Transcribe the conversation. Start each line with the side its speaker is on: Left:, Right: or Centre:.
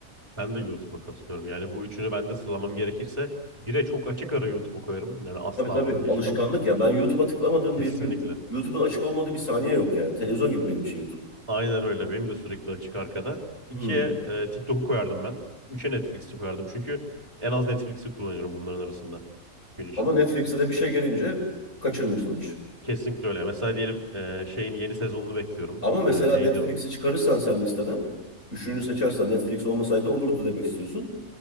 Right: Ben de YouTube'a katılıyorum. Yani bu üçünü ben de sıralamam gerekirse bire çok açık ara YouTube'u koyarım. Yani asla
Left: Tabii tabii
Right: vazgeçmem.
Left: alışkanlık ya. Ben YouTube'a tıklamadığım
Right: Kesinlikle.
Left: bir gün YouTube'un açık olmadığı bir saniye yok yani. Televizyon gibi benim için YouTube.
Right: Aynen öyle. Benim de sürekli açık arkada. ikiye
Left: Hmm.
Right: e, TikTok'u koyardım ben. Üçe Netflix'i koyardım. Çünkü en az Netflix'i kullanıyorum bunların arasında gün içinde.
Left: Ama Netflix'e de bir şey gelince kaçırmıyorsun hiç.
Right: Kesinlikle öyle. Mesela diyelim e, şeyin yeni sezonunu bekliyorum.
Left: Ama mesela
Right: E, neydi
Left: Netflix'i
Right: o?
Left: çıkarırsan sen listeden, üçüncü
Right: Hı hı.
Left: seçersen Netflix olmasaydı olurdu demek istiyorsun.